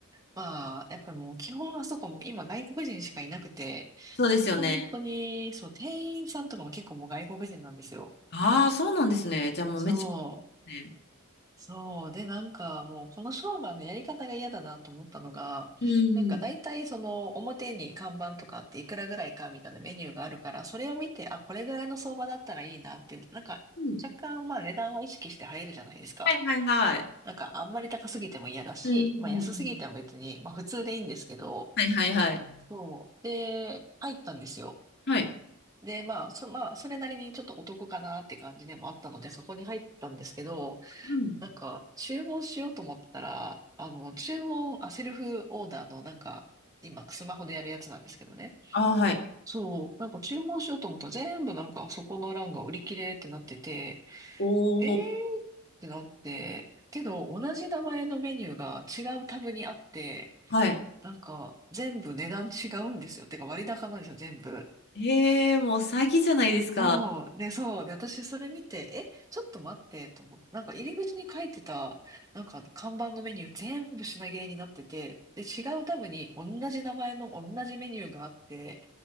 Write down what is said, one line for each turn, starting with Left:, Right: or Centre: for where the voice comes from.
Right: まあ、やっぱりもう基本あそこも今外国人しかいなくて、
Left: そうですよね。
Right: 本当に、そう、店員さんとかも結構もう外国人なんですよ。
Left: ああ、そうなんですね。じゃあもうめっち
Right: そ
Left: ゃ、ね。
Right: う、そう。で、なんかもうこの商売のやり方が嫌だなと思ったのが、
Left: うん。
Right: なんか大体その表に看板とかあっていくらぐらいかみたいなメニューがあるから、
Left: うん
Right: それを見て、あ、これぐらいの相場だったらいいなって、なんか若干まあ値段は意識して入るじゃないですか。
Left: うんはいはいはい。
Right: なんかあんまり高すぎても嫌だし、
Left: うん。
Right: まあ安すぎても別に、まあ普通でいいんですけど、
Left: はいはいはい。
Right: そう。で、入ったんですよ。
Left: はい。
Right: で、まあ、そ、まあ、それなりにちょっとお得かなって感じでもあったので、そこに入ったんですけど、
Left: うん。
Right: なんか、注文しようと思ったら、あの、注文、あ、セルフオーダーの、なんか、今、スマホでやるやつなんですけどね。
Left: ああ、はい。
Right: そう、なんか注文しようと思ったら、全部なんか、そこの欄が売り切れってなってて、
Left: お
Right: えー
Left: お。
Right: ってなって、けど同じ名前のメニューが違うタブにあって、
Left: はい。
Right: なんか全部値段違うんですよ。てか割高なんですよ、全部。
Left: ええ、もう詐欺じゃないですか。
Right: そう。で、そう。で、私それ見て、え、ちょっと待ってと思って、なんか入り口に書いてた、なんか看板のメニュー全部品切れになってて、で、違うタブに同じ名前の同じメニューがあって、